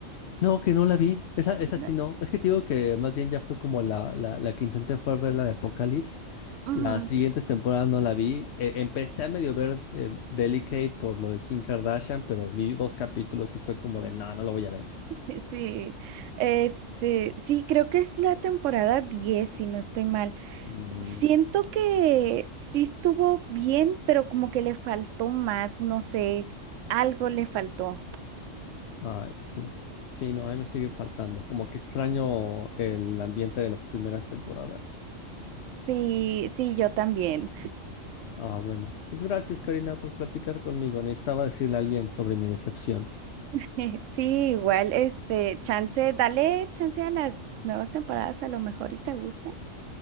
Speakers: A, on the left (about 60°); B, on the right (about 75°).
A: No, que no la vi. Esa, esa
B: No,
A: sí no. Es que te digo que más bien ya fue como la, la, la que intenté fue ver la de Apocalypse.
B: ujú,
A: Las siguientes temporadas no la vi. Eh, empecé a medio ver eh, Delicate por lo de Kim Kardashian, pero vi dos capítulos y fue como de, no, no lo voy a ver.
B: <laughs> Sí, este, sí, creo que es la temporada 10 si no estoy mal.
A: Mm,
B: Siento que sí estuvo bien, pero como que le faltó más, no sé, algo le faltó.
A: Ay, sí. Sí, no, ahí me sigue faltando. Como que extraño el ambiente de las primeras temporadas.
B: Sí, sí, yo también.
A: Ah, bueno. Pues gracias, Karina, por platicar conmigo. Necesitaba decirle a alguien sobre mi decepción.
B: <laughs> Sí, igual, este, chance, dale chance a las nuevas temporadas, a lo mejor y te gusta.